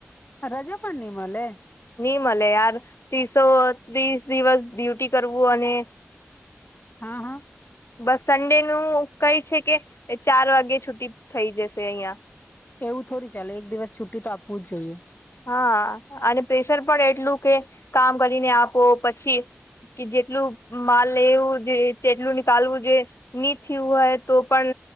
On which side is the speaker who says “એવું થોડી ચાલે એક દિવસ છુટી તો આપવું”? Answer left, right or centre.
Left